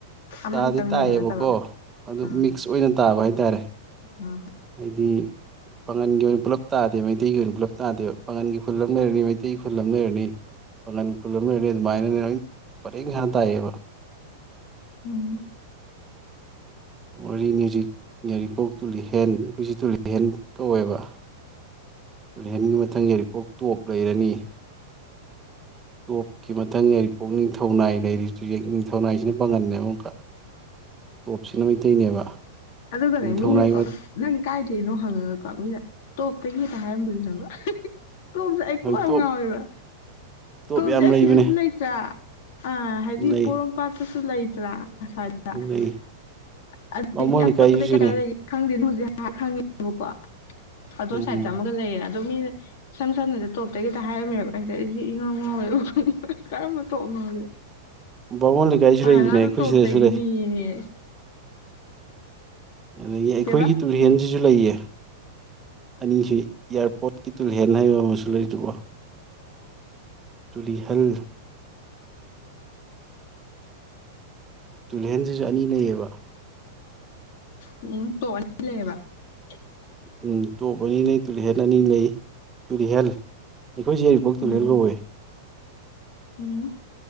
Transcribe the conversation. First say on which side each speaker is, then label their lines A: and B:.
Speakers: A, on the left; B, on the right.
A: ꯑꯃꯅꯤꯇꯪ
B: ꯇꯥꯗꯤ ꯇꯥꯏꯌꯦꯕꯀꯣ
A: ꯂꯩꯕ ꯅꯠꯇꯕ
B: ꯑꯗꯨ
A: ꯑꯥ
B: ꯃꯤꯛꯁ ꯑꯣꯏꯅ ꯇꯥꯕ ꯍꯥꯏ ꯇꯥꯔꯦ
A: ꯑꯥ
B: ꯍꯥꯏꯗꯤ ꯄꯥꯉꯟꯒꯤ ꯑꯣꯏꯅ ꯄꯨꯂꯞ ꯇꯥꯗꯦ ꯃꯩꯇꯩꯒꯤ ꯑꯣꯏꯅ ꯄꯨꯜꯂꯞ ꯇꯥꯗꯦꯕ ꯄꯥꯉꯟꯒꯤ ꯈꯨꯜ ꯑꯃ ꯂꯩꯔꯅꯤ ꯃꯩꯇꯩꯒꯤ ꯈꯨꯜ ꯑꯃ ꯂꯩꯔꯅꯤ ꯄꯥꯒꯟꯒꯤ ꯈꯨꯜ ꯑꯃ ꯂꯩꯔꯅꯤ ꯑꯗꯨꯃꯥꯏꯅꯅꯦ ꯂꯣꯏ ꯄꯔꯦꯡ ꯁꯥꯡꯅ ꯇꯥꯏꯌꯦꯕ
A: ꯎꯝ
B: ꯋꯥꯔꯤꯅꯤꯖꯤꯛ ꯌꯥꯔꯤꯄꯣꯛ ꯇꯨꯂꯤꯍꯦꯟ ꯑꯩꯈꯣꯏꯁꯤ ꯇꯨꯂꯤꯍꯦꯟ ꯀꯧꯋꯦꯕ ꯔꯍꯦꯟꯒꯤ ꯃꯊꯪ ꯌꯥꯏꯔꯤꯄꯣꯛ ꯇꯣꯞ ꯂꯩꯔꯅꯤ ꯇꯣꯞꯀꯤ ꯃꯊꯪ ꯌꯥꯔꯤꯄꯣꯛꯅꯤꯡꯊꯧꯅꯥꯏ ꯂꯩꯔꯤꯁꯨ ꯅꯤꯡꯊꯧꯅꯥꯏꯁꯤꯅ ꯄꯥꯒꯜꯟꯅꯦꯕ ꯑꯃꯨꯛꯀ ꯇꯣꯞꯁꯤꯅ ꯃꯩꯇꯩꯅꯦꯕ
A: ꯑꯗꯨꯒꯅꯦ
B: ꯅꯤꯡꯊꯧꯅꯥꯏ
A: ꯃꯤꯌꯦꯀꯣ ꯅꯪ ꯀꯥꯏꯗ ꯀꯩꯅꯣ ꯍꯪꯉꯒꯀꯣ ꯃꯤꯅ ꯇꯣꯞꯇꯒꯤꯅꯦ ꯀꯥꯏ ꯍꯥꯏꯔꯝꯕꯁꯦ ꯈꯪꯕ꯭ꯔ ꯇꯣꯞꯁꯦ ꯑꯩ
B: ꯍꯣꯏ
A: ꯀꯣꯛ ꯌꯥꯝ
B: ꯇꯣꯞ
A: ꯉꯥꯎꯋꯦꯕ
B: ꯇꯣꯞ
A: ꯇꯣꯞꯁꯦ
B: ꯌꯥꯝ
A: ꯑꯁꯤꯗꯁꯨ
B: ꯂꯩꯕꯅꯦ
A: ꯂꯩꯇ꯭ꯔꯥ ꯑꯥ ꯍꯥꯏꯗꯤ
B: ꯂꯩ
A: ꯄꯣꯔꯣꯝꯄꯥꯠ ꯀꯁꯨ ꯂꯩꯇ꯭ꯔꯥ ꯑꯁ꯭ꯋꯥꯏꯗ <unintelligible>
B: ꯂꯩ ꯕꯥꯃꯣꯟ
A: <unintelligible> ꯍꯧꯖꯤꯛ
B: ꯂꯩꯀꯥꯏꯒꯤꯁꯨꯅꯦ
A: ꯍꯥꯏ ꯈꯪꯉꯦꯕꯀꯣ ꯑꯗꯣ
B: ꯎꯝ
A: ꯁꯥꯏꯠꯇ ꯑꯃꯒ ꯂꯩꯔꯦꯅ ꯑꯗꯣ ꯃꯤꯅ ꯏꯁꯝ ꯁꯝꯅꯗ ꯇꯣꯞꯇꯒꯤꯇ ꯍꯥꯏꯔꯝꯃꯦꯕ ꯑꯩꯁꯦ ꯑꯩꯁꯦ ꯏꯉꯥꯎ ꯉꯥꯎꯋꯦꯕ ꯀꯔꯝꯕ ꯇꯣꯞ ꯅꯣꯁꯦ
B: ꯕꯥꯃꯣꯟ ꯂꯩꯀꯥꯏꯁꯨ
A: ꯐꯥꯍꯥꯅꯥꯗꯣ
B: ꯂꯩꯕꯅꯦ ꯑꯩꯈꯣꯏ
A: ꯇꯣꯞꯇꯒꯤꯅꯦꯌꯦ
B: ꯁꯤꯗꯁꯨ ꯂꯩ ꯑꯗꯒꯤ ꯑꯩꯈꯣꯏꯒꯤ
A: ꯀꯩꯕ
B: ꯇꯨꯔꯦꯟꯖꯤ ꯨ ꯂꯩꯌꯦ ꯑꯅꯤꯁꯤ ꯏꯌꯥꯔꯄꯣꯠꯀꯤ ꯇꯨꯜꯔꯦꯟ ꯍꯥꯏꯕ ꯑꯃꯁꯨ ꯂꯩꯗꯨꯕꯣ ꯇꯨꯂꯤꯍꯜ ꯇꯨꯂꯤꯍꯟꯁꯤꯁꯨ ꯑꯅꯤ ꯂꯩꯌꯦꯕ
A: ꯎꯝ <unintelligible>
B: ꯎꯝ ꯇꯣꯞ ꯑꯅꯤ ꯂꯩ ꯇꯨꯂꯤꯍꯜ ꯑꯅꯤ ꯂꯩ ꯇꯨꯂꯤꯍꯜ ꯑꯩꯈꯣꯏꯁꯦ <unintelligible>
A: ꯎꯝ ꯎꯝ꯫